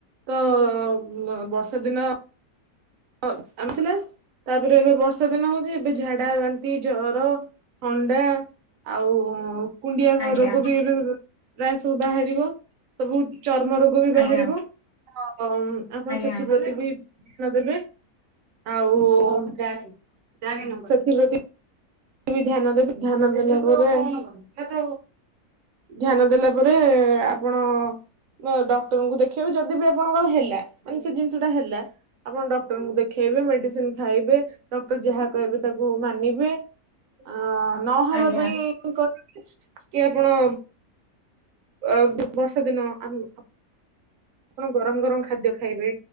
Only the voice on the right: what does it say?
ତ ମ ବର୍ଷା ଦିନ ଆମେ ସିନା ତାପେରେ ଏବେ ବର୍ଷା ଦିନ ହୋଉଚି ଏବେ ଝାଡା ବାନ୍ତି ଜର ଥଣ୍ଡା ଆଉ କୁଣ୍ଡିଆ
ରୋଗୋ ବି ଏବେ ଏବେ ପ୍ରାୟ ସବୁ ବାହାରିବ ସବୁ ଚର୍ମ ରୋଗୋ ବି ବାହାରିବ
ତ ଆପଣ
ସେଥିପ୍ରତି ବି ଧ୍ୟାନ ଦେବେ। ଆଉ ବି ଧ୍ୟାନ ଦେବେ ଧ୍ୟାନ ଦେଲା ପରେ ଧ୍ୟାନ ଦେଲା ପରେ ଆପଣ ବ ଡକ୍ଟରଙ୍କୁ ଦେଖେଇବ ଯଦି ବି ଆପଣଙ୍କର ହେଲା ମାନେ ସେ ଜିନିଷ ଟା ହେଲା ଆପଣ ଡକ୍ଟରଙ୍କୁ ଦେଖେଇ ଇବେ ମେଡ଼ିସିନ୍ ଖାଇବେ ଡକ୍ଟର ଯାହା କହିବେ ତାକୁ ମାନିବେ ଆ ଆଁ ନହବା
ପାଇଁ କଣ କି ଆପଣ ଅ ବ ବର୍ଷା ଦିନ ଆମ ହ ଆପଣ ଗରମ ଗରମ ଖାଦ୍ୟ ଖାଇବେ